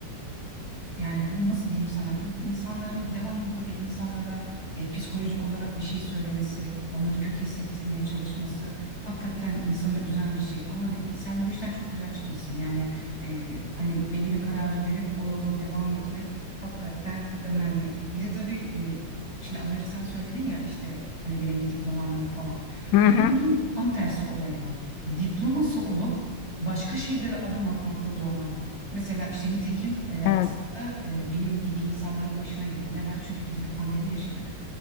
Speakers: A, on the left; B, on the left.
A: Yani bu nasıl diyeyim sana? Bu insanların devamlı böyle insanlara e, psikolojik olarak bir şey söylemesi, onları kötü hissettirmeye çalışması hakikaten insanı üzen bir şey. Ama de- sen bu işten çok güzel çıkmışsın. Yani e, hani belli bir kararı verip o yolda devam etmek hakikaten önemli. Bir de tabii e, şimdi az önce sen söyledin ya işte hani benim bir diplomam yok falan.
B: Hı
A: Bir
B: hı.
A: de bunun tam tersi olayı var. Diploması olup başka şeylere adım atmakta zorlanan. Mesela işte nitekim e,
B: Evet.
A: aslında e, benim gibi insanların başına gelen. Neden? Çünkü biz bir pandemi yaşadık.